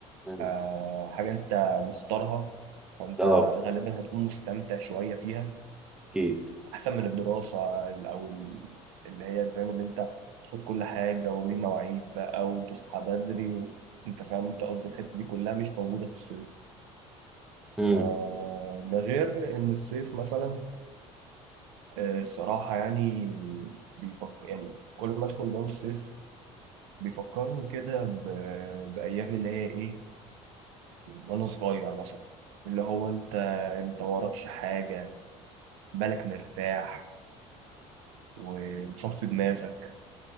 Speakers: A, in the centre; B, on the right.
A: امم
B: آه، حاجه انت مختارها فانت
A: اه
B: غالبا هتكون مستمتع شويه فيها
A: اكيد
B: احسن من الدراسه ال- او ال- اللي هي فاهم اللي انت تاخد كل حاجه وليه مواعيد بقى وتصحى بدري و... انت فاهم انت قصدي الحته دي كلها مش موجوده في الصيف
A: امم
B: آه، ده غير ان الصيف مثلا آه، الصراحه يعني بيفكر يعني كل ما ادخل جو الصيف بيفكرني كده ب- بايام اللي هي ايه وانا صغير مثلا اللي هو انت انت وراكش حاجه بالك مرتاح ومصفي دماغك